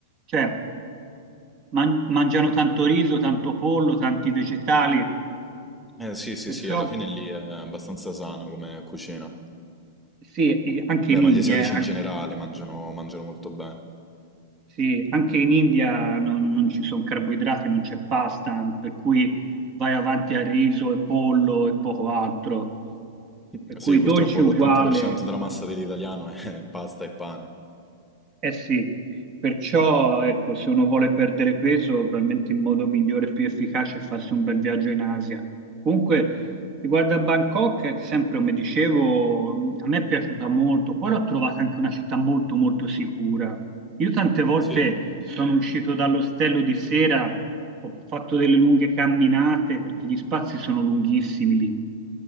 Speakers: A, on the right; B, in the centre.
A: cioè man- mangiano tanto riso, tanto pollo, tanti vegetali,
B: Eh, sì, sì,
A: perciò
B: sì, alla fine lì è abbastanza sano come cucina.
A: sì, e anche
B: Beh,
A: in
B: ma
A: India,
B: gli asiatici in
A: eh,
B: generale mangiano, mangiano molto bene.
A: Sì, anche in India non, non ci sono carboidrati, non c'è pasta, per cui vai avanti a riso e pollo e poco altro.
B: Mm.
A: Per cui
B: Sì, purtroppo
A: dolci uguale,
B: l'80% della massa dell'italiano è <laughs> pasta e pane.
A: eh sì, perciò ecco, se uno vuole perdere peso, probabilmente il modo migliore e più efficace è farsi un bel viaggio in Asia. Comunque, riguardo a Bangkok, eh, sempre come dicevo, mh, a me è piaciuta molto, poi l'ho trovata anche una città molto molto sicura. Io tante volte
B: Sì?
A: sono uscito dall'ostello di sera, ho fatto delle lunghe camminate perché gli spazi sono lunghissimi lì